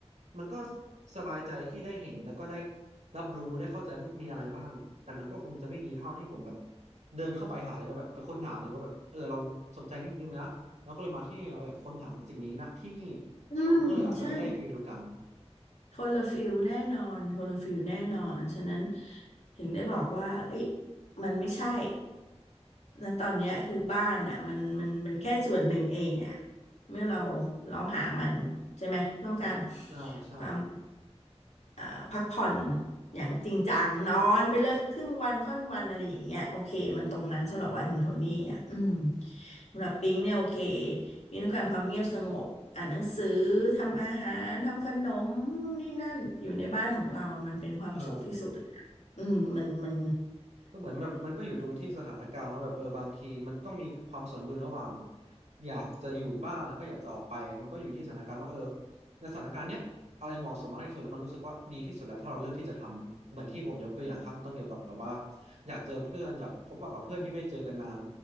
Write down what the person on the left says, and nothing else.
อืมใช่
คนละฟิลแน่นอน คนละฟิลแน่นอน ฉะนั้นถึงได้บอกว่าเอ้ยมันไม่ใช่นะตอนเนี้ยคือบ้านอ่ะมันมันมันแค่ส่วนหนึ่งเองอ่ะเมื่อเราลองหามันใช่ไหมต้องการ
ความ เอ่อพักผ่อนอย่างจริงจังนอนไปเลยครึ่งวันค่อนวันอะไรอย่างเงี้ยโอเคมันตรงนั้นสำหรับวัยคุณโทนี่อ่ะอืมสำหรับปิงเนี่ยโอเคปิงต้องการความเงียบสงบอ่านหนังสือทำอาหารทำขนมนู่นนี่นั่นอยู่ในบ้านของเรามันเป็นความสุขที่สุดเลยนะอืมมันมัน